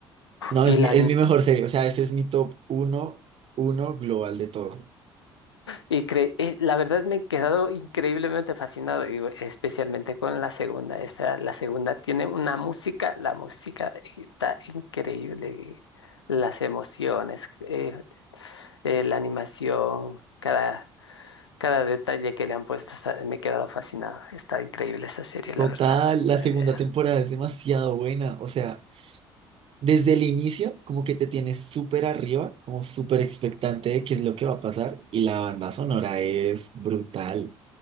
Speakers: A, on the right (about 40°); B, on the left (about 80°).
A: No,
B: Y
A: es
B: la,
A: mi, es mi mejor serie. O sea, ese es mi top uno, uno global de todo.
B: y cre- eh, la verdad me he quedado increíblemente fascinado, y especialmente con la segunda. Esta, la segunda tiene una música, la música está increíble. Las emociones. eh, eh, la animación, cada, cada detalle que le han puesto, está- me he quedado fascinado. Está increíble esa serie,
A: Total,
B: la verdad.
A: la
B: La-
A: segunda
B: la-
A: temporada es demasiado buena. O sea. desde el inicio, como que te tienes súper arriba, como súper expectante de qué es lo que va a pasar, y la banda sonora es brutal.